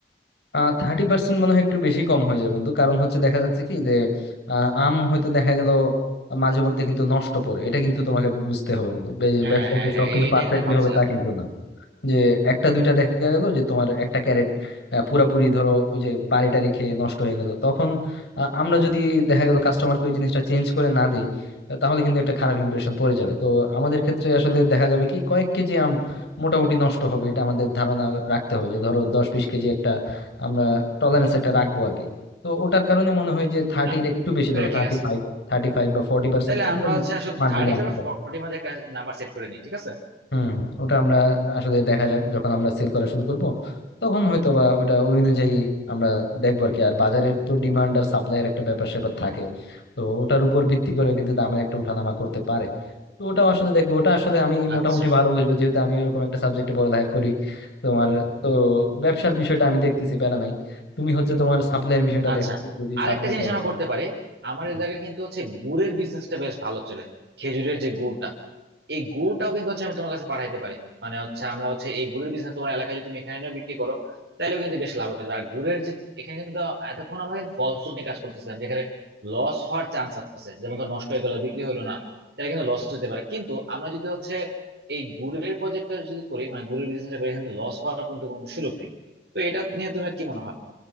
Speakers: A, on the left; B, on the right.
A: আহ থার্টি পার্সেন্ট মনে হয় একটু বেশি কম হয়ে যায় বন্ধু কারণ হচ্ছে দেখা যাচ্ছে কি যে আহ, আম হয়তো দেখা গেল মাঝে মধ্যে কিন্তু নষ্ট পড়ে এটা কিন্তু তোমাকে বুঝতে হবে বন্ধু বে-
B: হ্যাঁ
A: ব্যবসায়
B: হ্যাঁ
A: যে
B: হ্যাঁ
A: সবকিছু
B: এইটা
A: পারফেক্টলি
B: কিন্তু আমি ভাবছিলাম
A: হবে তা কিন্তু না যে একটা দুইটা দেখা গেল যে তোমার একটা ক্যারেট আহ, পুরাপুরি ধরো ওই যে বাড়িটা রেখে নষ্ট হয়ে গেল তখন আ, আমরা যদি দেখা গেল কাস্টমারকে ওই জিনিসটা চেঞ্জ করে না দেই আ, তাহলে কিন্তু একটা খারাপ ইমপ্রেশন পড়ে যাবে তো আমাদের ক্ষেত্রে আসলে দেখা যাবে কি কয়েক কেজি আম মোটামুটি নষ্ট হবে এটা আমাদের ধারণা রাখতে হবে যে ধরো দশ বিশ কেজি একটা আমরা টলারেন্স একটা রাখবো আর কি তো ওটার কারণে মনে হয় যে থার্টির
B: হ্যাঁ
A: একটু বেশি
B: এটা
A: ধরো
B: ঠিক
A: থার্টি
B: আছে
A: ফাইভ থার্টি ফাইভ বা ফোর্টি পার্সেন্ট
B: তাহলে
A: এরকম
B: আমরা হচ্ছে আসলে
A: মার্জিন
B: থার্টি
A: রাখতে
B: ফাইভ বা
A: পারে
B: ফোর্টির মধ্যে একটা নাম্বার সেট করে নিই ঠিক আছে
A: হুম হুম ওটা আমরা আসলে দেখা যাক যখন আমরা সেল করা শুরু করব তখন হয়তো বা ওটা ওই অনুযায়ী আমরা দেখবো আর কি আর বাজারের তো ডিমান্ড আর সাপ্লাইয়ের একটা ব্যাপার স্যাপার থাকে তো ওটার উপর ভিত্তি করে কিন্তু দামের একটা উঠানামা করতে পারে তো ওটা আসলে দেখবো ওটা আসলে আমি
B: আচ্ছা
A: মোটামুটি ভালো বুঝবো যেহেতু আমি ওরকম একটা সাবজেক্টে পড়ালেখা করি তোমার তো ব্যবসার বিষয়টা আমি দেখতেছি প্যারা নাই তুমি হচ্ছে তোমার সাপ্লাইয়ের বিষয়টা
B: আচ্ছা
A: দেখো তুমি যদি
B: আর
A: সাপ্লাই
B: একটা জিনিস
A: করা
B: আমরা করতে পারি আমার
A: হয়।
B: এলাকায় কিন্তু হচ্ছে গুড়ের বিজনেসটা বেশ ভালো চলে খেজুরের যে গুড়টা এই গুড়টাও কিন্তু হচ্ছে আমি তোমার কাছে পাঠাইতে পারি মানে হচ্ছে আমরা হচ্ছে এই গুড়ের বিজনেস তোমার এলাকায় যদি তুমি এখানে এনেও বিক্রি করো তাহলেও কিন্তু বেশ লাভ হবে আর গুড়ের যে এখানে কিন্তু এতক্ষণ আমরা কিন্তু ফল ফুড নিয়ে কাজ করতেছিলাম যেখানে লস হওয়ার চান্স আছে যেমন ধর নষ্ট হয়ে গেল বিক্রি হলো না তাহলে কিন্তু লস হতে পারে কিন্তু আমরা যদি হচ্ছে এই গুড়ের প্রজেক্টটা যদি করি মানে গুড়ের বিজনেসটা করি কিন্তু লস হওয়ার কিন্তু কোনো সুযোগ নেই তো এটা নিয়ে তুমি কি মনে